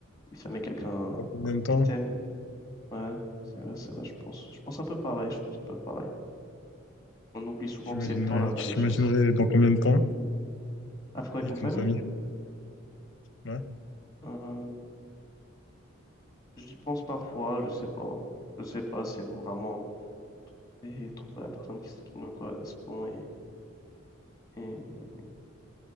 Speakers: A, on the left (about 15°); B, on the left (about 55°).
A: famille, quelqu'un
B: Dans combien de temps?
A: que t'aimes. Ouais, c'est vrai, c'est vrai, je pense, je pense un peu pareil, je pense un peu pareil. On oublie souvent
B: J'imagine,
A: que c'est le temps
B: euh,
A: la vraie
B: tu
A: richesse.
B: t'imaginerais dans combien de temps
A: Ah, faut quoi avec
B: avec
A: une famille?
B: une famille? Ouais.
A: Euh, j'y pense parfois, je sais pas. Je sais pas, si c'est vraiment. et trouver la personne qui, s- qui nous correspond et, et,